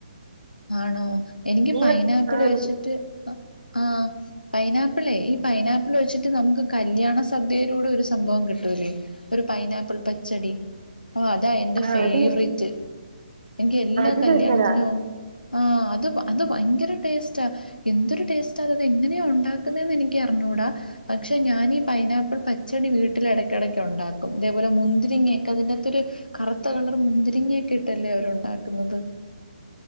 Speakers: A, on the left; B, on the right.
A: ആണോ എനിക്ക്
B: നീ
A: പൈനാപ്പിള്
B: ആ
A: വെച്ചിട്ട്
B: നീ
A: അ ആ പൈനാപ്പിളേ ഈ പൈനാപ്പിള് വെച്ചിട്ട് നമുക്ക് കല്യാണ സദ്യയിലൂടെ ഒരു സംഭവം കിട്ടൂല്ലേ ഒരു പൈനാപ്പിൾ പച്ചടി അപ്പ അതാ എന്റെ
B: ആ
A: ഫേവറേറ്റ്
B: അത് കിട്ടും
A: എനിക്ക് എല്ലാ
B: അത്
A: കല്യാണത്തിനും.
B: നല്ലതാ
A: ആ അത് അത് ഭയങ്കര ടേസ്റ്റാ, എന്തൊരു ടേസ്റ്റാ അത് എങ്ങനെയാ ഉണ്ടാക്കുന്നേന്ന് എനിക്ക് അറിഞ്ഞൂടാ, പക്ഷെ ഞാനീ പൈനാപ്പിൾ പച്ചടി വീട്ടില് എടക്കെടക്ക് ഒണ്ടാക്കും, ഇതേപോലെ മുന്തിരിങ്ങയെക്കെ അതിനാത്തൊരു കറുത്ത കളറ് മുന്തിരിങ്ങയൊക്കെ ഇട്ടല്ലേ അവരൊണ്ടാക്കുന്നത്.